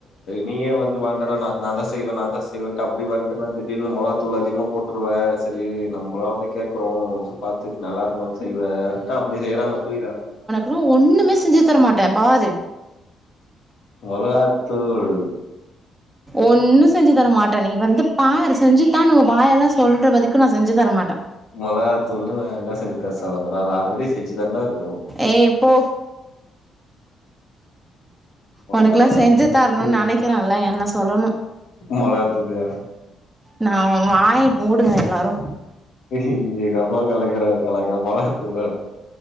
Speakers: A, on the left; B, in the centre.
A: நீயே வந்து வாண்டடா நாதா செய்வே நாதா செய்வேன்ட்டு அப்டி வந் பாத்தன்னா திடீனு மொளகாத்தூள அதிகமா போட்டுருவே சரி நம்மளா வந்து கேக்குறோ பாத்து நல்லா இருக்குமான்னு செய்வே ட்டா அப்டி செய்றாங்க புரிதா
B: ரு ஒண்ணுமே செஞ்சு தர மாட்டே பாரு
A: மொளகா தூள்
B: ஒன்னு செஞ்சு தர மாட் நீ வந்து பாரு செஞ்சுத்தானு ஒ வாயால சொல்ற வரிக்கு நா செஞ்சு தரமாட்டே
A: மொளகாத்தூள்ல நா என்ன செஞ்சு தர சொல போறே அது ஆல்ரெடி செஞ்சு தாண்டா இருக்கு
B: ஏ போ ஒனக்குலா
A: மிளகாத்தூள்
B: செஞ்சு தரணுன் நெனக்கிறேல என்ன சொல்லணு
A: மிளகாத்தூளியா
B: நா வாய் மூடுவே எல்லாரு
A: இங்க தாமா கலக்கிற கல மொளகா தூள்